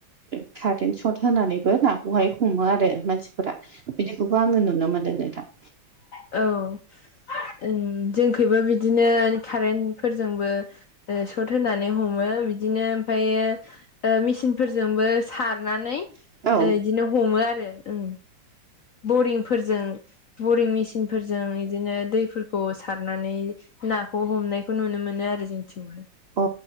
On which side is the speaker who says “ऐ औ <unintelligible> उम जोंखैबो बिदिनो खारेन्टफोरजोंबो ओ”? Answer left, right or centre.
Left